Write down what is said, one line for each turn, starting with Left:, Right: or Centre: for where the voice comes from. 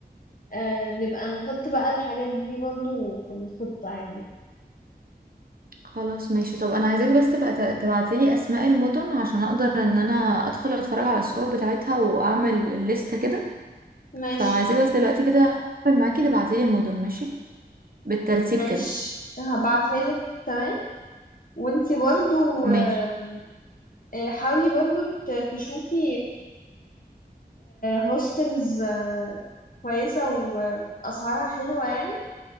Left: آه، نبقى نحط بقى الحاجات دي برضو في الخطة يعني
Right: خلاص ماشي طب انا عايزاكي بس تبقى تبعتي لي اسماء المدن عشان اقدر ان انا ادخل اتفرج على الصور بتاعتها واعمل الليستة كده
Left: ماشي
Right: فعايزاكي بس دلوقتي كده اقفل معاكي تبعتي لي المدن ماشي بالترتيب
Left: ماشي
Right: كده
Left: هبعتها لك تمام وانتي برضو آم،
Right: ماشي
Left: آه، حاولي برضو ت- تشوفي هوستلز كويسة وأسعارها حلوة يعني